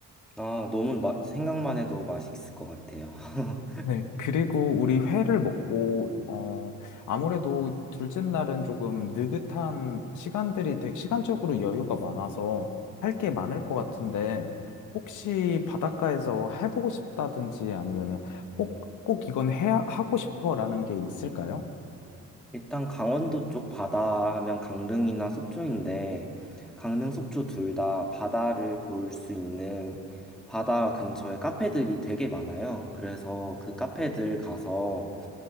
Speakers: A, in the centre; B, on the left.
A: 아, 너무 마- 생각만 해도 맛있을 것 같아요. <laughs>
B: 네, 그리고 우리 회를 먹고, 어, 아무래도 둘째 날은 조금 느긋한 시간들이, 되- 시간적으로 여유가 많아서 할 게 많을 것 같은데, 혹시 바닷가에서 해보고 싶다든지 아니면은 꼭, 꼭 이건 해, 하고 싶어라는 게 있을까요?
A: 일단 강원도 쪽 바다 하면 강릉이나 속초인데 강릉, 속초 둘 다 바다를 볼 수 있는 바다 근처에 카페들이 되게 많아요. 그래서 그 카페들 가서